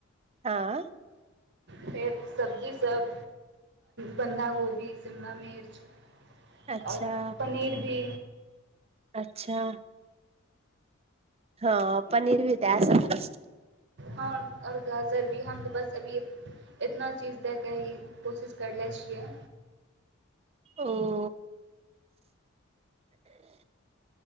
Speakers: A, on the right; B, on the right.
A: हां।
B: फेर सब्जी सब बन्धा गोभी शिमला मिर्च।
A: अच्छा
B: और पनीर भी।
A: अच्छा! हँ पनीर भी दै सकै छी।
B: हं और गाजर भी हम बस अभियै एतना चीज दएके ही कोशिश करले छियै।
A: ओ।